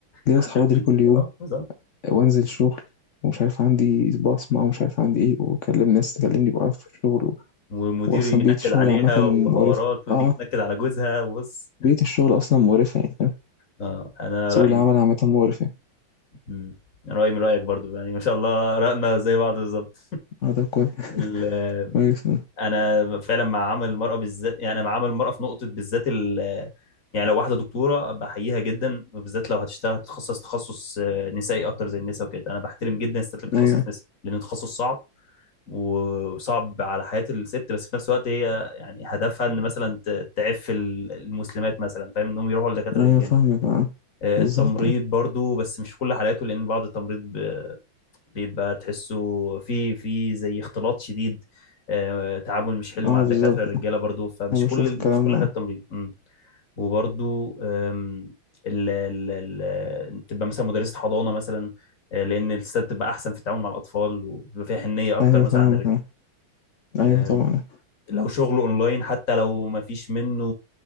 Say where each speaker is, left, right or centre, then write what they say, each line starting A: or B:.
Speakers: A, on the left; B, on the left.
A: ليه
B: حد
A: اصحى
B: في
A: بدري
B: ميسورة
A: كل يوم
B: اه بالظبط
A: وانزل شغل ومش عارف عندي صباع اسمه ومش عارف عندي ايه واكلم ناس تكلمني بقرف في الشغل
B: ومديري
A: واصلا
B: ينكد
A: بيئه الشغل
B: عليها
A: عامه مقرفه
B: وحوارات وتيجي
A: اه
B: تنكد على جوزها وبص
A: بيئه الشغل اصلا مقرفه يعني فاهم
B: اه انا
A: سوق
B: رايي
A: العمل
B: من-
A: عامه مقرف يعني
B: مم. رايي من رايك برضو يعني ما شاء الله راينا زي بعض بالظبط
A: اه ده كويس
B: ال-
A: كويس آه.
B: انا فعلا مع عمل المراه بالذات يعني انا مع عمل المراه في نقطه بالذات ال- يعني لو واحده دكتوره بحييها جدا وبالذات لو هتشتغل هتتخصص تخصص آه، نسائي اكتر زي النساء وكده انا بحترم جدا الستات اللي بتتخصص
A: ايوه
B: نساء لان التخصص صعب وصعب على حياة الست بس في نفس الوقت هي يعني هدفها ان مثلا ت- تعف ال- المسلمات مثلا فاهم انهم يروحوا لدكاترة
A: ايوه
B: الرجال
A: فاهمك اه
B: آه،
A: بالظبط
B: التمريض
A: اه
B: برضو بس مش في كل حالاته لان بعض التمريض ب- بيبقى تحسه في في زي اختلاط شديد آه، تعامل مش حلو
A: آه،
B: مع الدكاترة
A: بالظبط
B: الرجالة
A: آه.
B: برضو فمش
A: انا
B: كل
A: بشوف الكلام
B: مش كل
A: ده
B: حالة تمريض مم. وبرضو آم، ال ال ال تبقى مثلا مدرسة حضانة مثلا آه، لأن الستات بتبقى أحسن في التعامل مع الأطفال وبتبقى فيها حنية أكتر
A: ايوه
B: مثلا
A: فاهمك
B: عن
A: اه
B: الرجالة
A: ايوه طبعا
B: لو شغله اونلاين حتى لو ما فيش منه